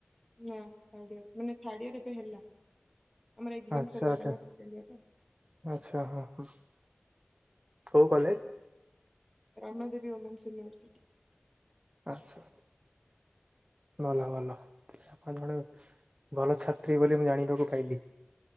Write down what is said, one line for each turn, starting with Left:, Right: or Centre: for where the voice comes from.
Centre: ନା ଥାର୍ଡ ଇୟର ମାନେ ଥାର୍ଡ ଇୟର ଏବେ ହେଲା ଆମର ଏକ୍ଜାମ
Right: ଆଚ୍ଛା
Centre: ସରିଗଲା
Right: ଆଚ୍ଛା
Centre: ନା ସେକେଣ୍ଡ ଇୟର
Right: ଆଚ୍ଛା ହଁ ହଁ। କୋଉ college?
Centre: Rama Devi women's university.
Right: ଆଚ୍ଛା ଭଲ ଭଲ ଆପଣ ଜଣେ ଭଲ ଛାତ୍ରୀ ବୋଲି ମୁଁ ଜାଣିବାକୁ ପାଇଲି।